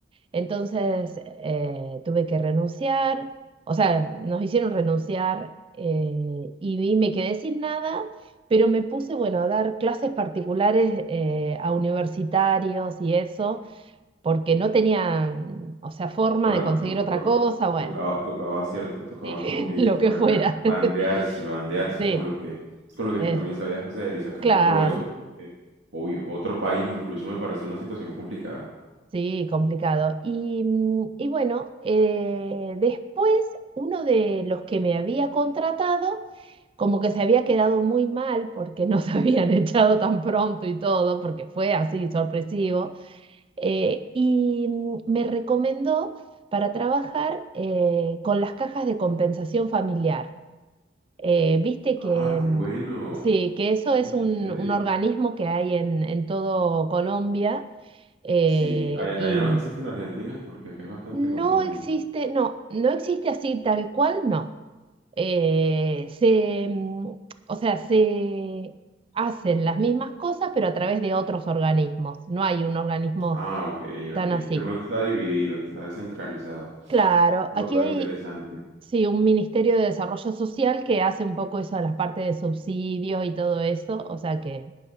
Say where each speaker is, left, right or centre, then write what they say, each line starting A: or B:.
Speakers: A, on the right (about 30°); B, on the right (about 80°).
A: Entonces eh, tuve que renunciar, o sea, nos hicieron renunciar eh, y, vi- me quedé sin nada, pero me puse, bueno, a dar clases particulares eh, a universitarios y eso, porque no tenía, o sea, forma
B: Claro,
A: de conseguir
B: to-
A: otra
B: toca-
A: cosa, bueno,
B: tocaba, tocaba, cierto, tocaba
A: sí,
B: como que dicen
A: <laughs> lo que
B: por
A: fuera.
B: acá, bandearse,
A: <laughs>
B: bandearse
A: Sí.
B: con lo que, con lo que
A: Es,
B: tú también sabías hacer y sacarle
A: claro,
B: provecho, porque es que, obvio, otro país incluso me parece una situación complicada.
A: sí, complicado. Y, mm, y bueno, eh, después uno de los que me había contratado, como que se había quedado muy mal porque nos <laughs> habían echado tan pronto y todo, porque fue así sorpresivo, eh, y mm, me recomendó para trabajar eh, con las cajas de compensación familiar. Eh, viste que...
B: Ah, qué
A: mm,
B: bueno.
A: Sí, que eso
B: Sí,
A: es
B: está
A: un,
B: chévere.
A: un organismo que hay en, en todo Colombia Eh,
B: Sí, allá,
A: y
B: allá no existe en Argentina porque acá es bastante
A: no
B: común el...
A: existe, no, no existe así tal cual, no. Eh, se, mm, o sea, se hacen las mismas cosas, pero a través de otros organismos. No hay un organismo
B: Ah, ok,
A: tan
B: ok.
A: así.
B: De pronto está dividido, está descentralizado.
A: Claro,
B: No,
A: aquí
B: pero
A: hay
B: interesante.
A: Sí, un Ministerio de Desarrollo Social que hace un poco eso de las partes de subsidios y todo eso, o sea que